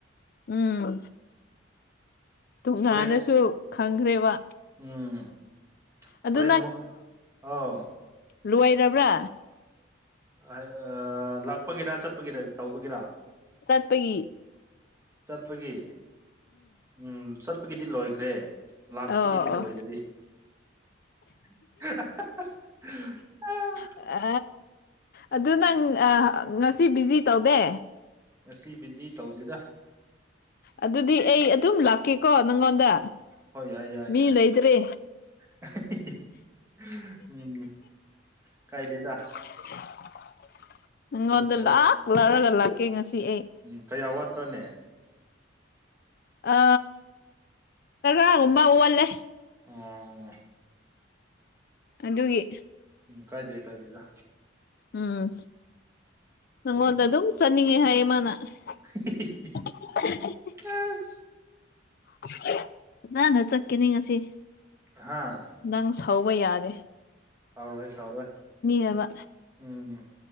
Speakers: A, on the left; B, on the right.
A: ꯎꯝ ꯇꯨꯉꯥꯟꯅꯁꯨ
B: ꯍꯣꯔꯦꯟ
A: ꯈꯪꯈ꯭ꯔꯦꯕ
B: ꯎꯝ
A: ꯑꯗꯨ
B: ꯍꯣꯔꯦꯟꯑꯃꯨꯛ ꯑꯥꯎ
A: ꯂꯣꯢꯔꯕ꯭ꯔꯥ
B: ꯑꯥꯢ ꯑ ꯂꯥꯛꯄꯒꯤꯔ ꯆꯠꯄꯒꯤꯔ ꯇꯧꯕꯒꯤꯔ
A: ꯆꯠꯄꯒꯤ
B: ꯆꯠꯄꯒꯤ ꯎꯝ ꯆꯠꯄꯒꯤꯗꯤ ꯂꯣꯢꯈ꯭ꯔꯦ ꯂꯥꯛꯄꯒꯤꯗꯤ
A: ꯑꯣ ꯑꯣ
B: ꯂꯣꯢꯗꯔꯤ <unintelligible>
A: ꯑ ꯑꯗꯨ ꯅꯪ ꯉꯁꯤ ꯕꯤꯖꯤ ꯇꯧꯗꯦ
B: ꯉꯁꯤ ꯕꯤꯖꯤ ꯇꯧꯗꯦꯗ
A: ꯑꯗꯨꯗꯤ ꯑꯩ ꯑꯗꯨꯝ ꯂꯥꯛꯀꯦꯀꯣ ꯅꯪꯉꯣꯟꯗ
B: ꯍꯣꯏ ꯌꯥꯏ ꯌꯥꯏ
A: ꯃꯤ
B: ꯌꯥꯏ
A: ꯂꯩꯇ꯭ꯔꯤ
B: <unintelligible> ꯀꯥꯢꯗꯦꯗ
A: <inaudible> ꯅꯪꯉꯣꯟꯗ
B: ꯇꯧꯋꯣ
A: ꯂꯥꯛ ꯂꯔꯒ ꯂꯥꯛꯀꯦ ꯉꯁꯤ ꯑꯩ
B: ꯎꯝ ꯀꯌꯥ ꯋꯥꯠꯄ꯭ꯔꯅꯦ
A: ꯑ ꯇꯔꯥꯒꯨꯝꯕ ꯋꯠꯂꯦ
B: ꯑꯣ
A: ꯑꯗꯨꯒꯤ
B: ꯀꯥꯏꯗꯦ ꯀꯥꯏꯗꯦꯗ
A: ꯎꯝ ꯅꯪꯉꯣꯟꯗ ꯑꯗꯨꯝ ꯆꯠꯅꯤꯡꯉꯦ ꯍꯥꯏꯌꯦ ꯃꯥꯅ
B: <unintelligible>
A: <unintelligible>
B: ꯑꯁ
A: <unintelligible> ꯅꯥꯟꯅ ꯆꯠꯀꯅꯤ ꯉꯁꯤ
B: ꯍꯥꯥ
A: ꯅꯪ ꯁꯧꯕ ꯌꯥꯔꯦ
B: ꯁꯥꯎꯔꯣꯏ ꯁꯥꯎꯔꯣꯏ
A: ꯍꯥꯏꯕ
B: ꯎꯝ